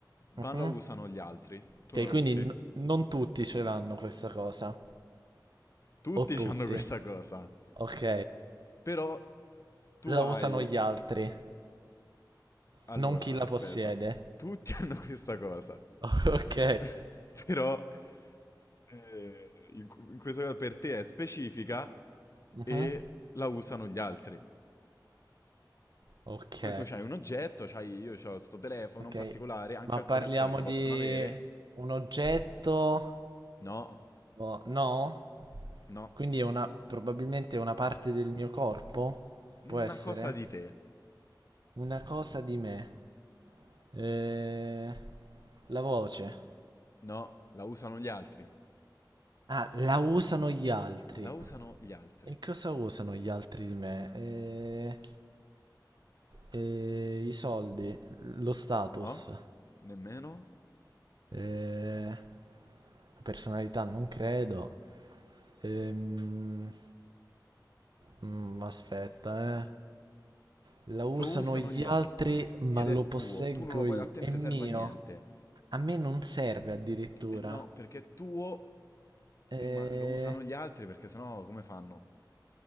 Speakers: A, on the right; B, on the left.
A: Mhm.
B: ma lo usano gli altri, tu
A: Ok,
B: non
A: quindi
B: lo usi.
A: n- non tutti ce l'hanno questa cosa.
B: Tutti
A: O tutti.
B: hanno questa cosa,
A: Ok.
B: però tu
A: La
B: hai...
A: usano gli altri,
B: Allora,
A: non chi la
B: aspetta,
A: possiede.
B: tutti <laughs> hanno questa cosa, <laughs>
A: <laughs> Ok,
B: però eh, in, in questo caso per te è specifica
A: Mhm.
B: e la usano gli altri.
A: ok,
B: Come tu c'hai un oggetto, c'hai, io ho sto telefono
A: ok.
B: in particolare, anche
A: Ma
B: altre
A: parliamo
B: persone ce lo
A: di
B: possono avere.
A: un oggetto?
B: No,
A: o- no?
B: no,
A: Quindi è una, probabilmente è una parte del mio corpo?
B: una
A: Può essere?
B: cosa di te.
A: Una cosa di me. Eh, la voce.
B: No, la usano gli altri.
A: Ah, la usano gli altri.
B: La usano gli altri.
A: E cosa usano gli altri di me? Eh, eh, i soldi, lo status.
B: No? Nemmeno?
A: Eh, Personalità non credo. Ehm... mm, aspetta, eh. La usano
B: Lo usano
A: gli
B: gli altri.
A: altri, ma
B: Ed
A: lo
B: è
A: posseggo
B: tuo. Tu non lo puoi...
A: io.
B: A te
A: È
B: non te
A: mio.
B: serve a niente.
A: A me non serve addirittura.
B: Eh no, perché è tuo...
A: Eh,
B: Eh ma lo usano gli altri perché sennò come fanno?